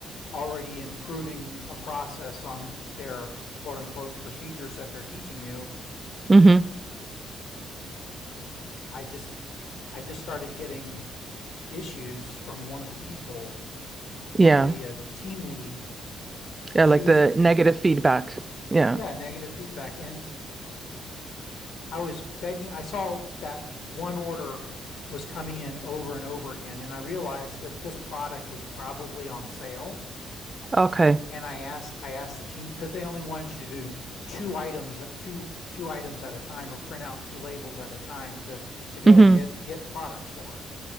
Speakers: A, on the left; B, on the right.
A: already improving a process on their quote unquote procedures that they're teaching you,
B: Mm-hmm.
A: I just I just started getting issues from one of the people,
B: Yeah.
A: one of the uh, the team lead.
B: Yeah,
A: She
B: like
A: was
B: the negative feedback. Yeah.
A: yeah, negative feedback and I was begging I saw that one order was coming in over and over again and I realized that this product was probably on sale
B: Okay.
A: and I asked I asked the team because they only wanted you to do two items at two two items at a time or print out two labels at a time to to go
B: hmm
A: and get get products for.